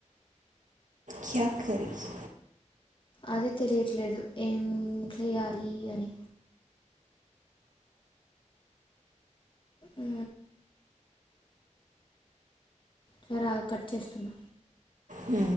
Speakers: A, on the right; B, on the left.
A: క్యాక్కరరి <unintelligible>
B: అదే తెలియట్లేదు ఏం చెయాలి అని ఉ సరే ఆగు కట్ చేస్తున్నా
A: ఉ